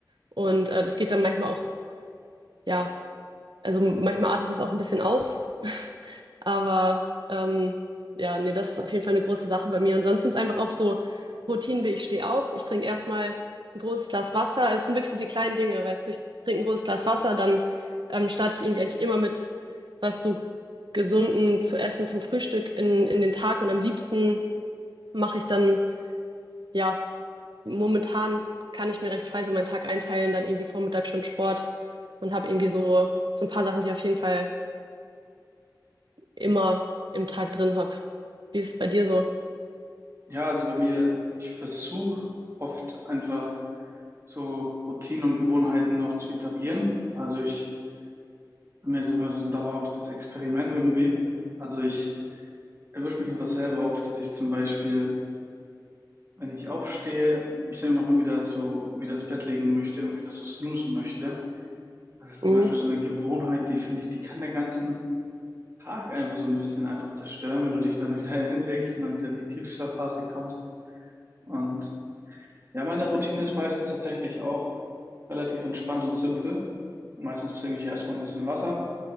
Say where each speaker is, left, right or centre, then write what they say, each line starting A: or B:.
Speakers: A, on the right; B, on the right.
A: Und äh, das geht dann manchmal auch, ja, also manchmal artet das auch ein bisschen aus. Aber ähm, ja, nee, das ist auf jeden Fall eine große Sache bei mir. Und sonst sind es einfach auch so Routinen wie ich stehe auf, ich trinke erstmal ein großes Glas Wasser. Es sind wirklich so die kleinen Dinge, weißt du, ich trinke ein großes Glas Wasser, dann ähm, starte ich irgendwie eigentlich immer mit was so gesunden zu essen zum Frühstück in, in den Tag. Und am liebsten mache ich dann, ja, momentan kann ich mir recht frei so meinen Tag einteilen, dann irgendwie Vormittag schon Sport und habe irgendwie so, so ein paar Sachen, die ich auf jeden Fall immer im Tag drin habe. Wie ist es bei dir so?
B: Ja, also bei mir, ich versuche oft einfach so Routinen und Gewohnheiten noch zu etablieren. Also ich, bei mir ist immer so ein dauerhaftes Experiment irgendwie. Also ich erwische mich einfach selber oft, dass ich zum Beispiel wenn ich aufstehe, mich dann auch mal wieder so wieder ins Bett legen möchte und wieder so snoozen möchte. Das ist
A: Mhm.
B: zum Beispiel so eine Gewohnheit, die finde ich, die kann den ganzen Tag einfach so ein bisschen einfach zerstören, wenn du dich dann <laughs> wieder hinlegst und dann wieder in die Tiefschlafphase kommst. Und ja, meine Routine ist meistens tatsächlich auch relativ entspannt und simpel. Meistens trinke ich erstmal ein bisschen Wasser,